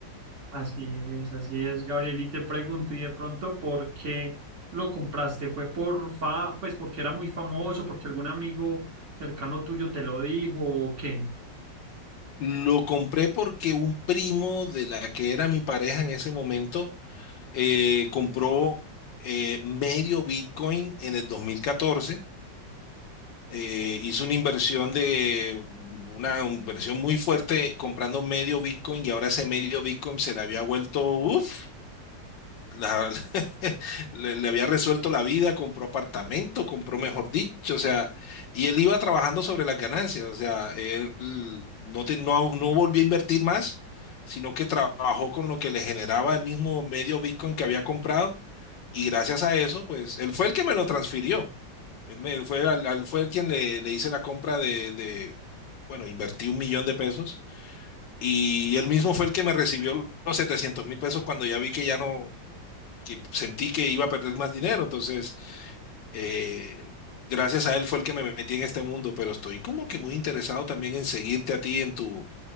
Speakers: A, on the right (about 40°); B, on the left (about 75°).
A: Así es, así es, Gabriel. Y te pregunto, ¿y de pronto por qué lo compraste? ¿Fue por fa, pues porque era muy famoso, porque algún amigo cercano tuyo te lo dijo o qué?
B: Lo compré porque un primo de la que era mi pareja en ese momento eh, compró eh, medio Bitcoin en el 2014. eh, hizo una inversión de una inversión muy fuerte comprando medio Bitcoin y ahora ese medio Bitcoin se le había vuelto, uff. la- <laughs> le, le había resuelto la vida, compró apartamento, compró mejor dicho, o sea, y él iba trabajando sobre las ganancias, o sea, él no, te- no, no volvió a invertir más, sino que trabajó con lo que le generaba el mismo medio Bitcoin que había comprado, y gracias a eso, pues, él fue el que me lo transfirió, él, me, él fue, al, al- fue el quien le, le hice la compra de, de, bueno, invertí un millón de pesos. Y él mismo fue el que me recibió los setecientos mil pesos cuando ya vi que ya no, que sentí que iba a perder más dinero, entonces eh, gracias a él fue el que me metí en este mundo, pero estoy como que muy interesado también en seguirte a ti en tu,